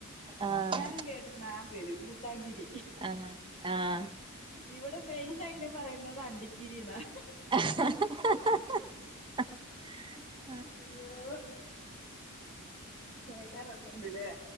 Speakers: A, on the right; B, on the left.
A: ആഹ്
B: ഞാനും കേട്ടക്കുന്നൻ പേരും പുത്തകിരി
A: ആഹ ആഹ
B: ഇവിടെ മെയിൻ അയിന് പറയുന്നത് അണ്ടിക്കിരി എന്നാ
A: ഹാ ഹാ ഹാ
B: അയ്യോ കേൾക്കാൻ രസമുണ്ടല്ലേ